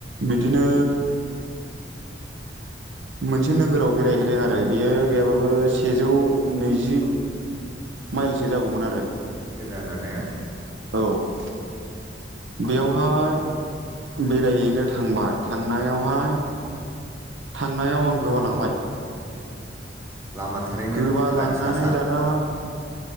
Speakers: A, on the right; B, on the right.
A: बिदिनो मोनसे नोगोराव बेरायहैदों आरो बियो गैयाबाबो सेजौ नैजि माइलसो जागौमोन आरो
B: गोजाना ने
A: औ बेयावहाय बेराहैनो थांबाय थांनायावहाय थांनायाव आं गोबालांबाय
B: लामा थारैनो
A: गोबालांनानै
B: गारि सा-सा
A: दाना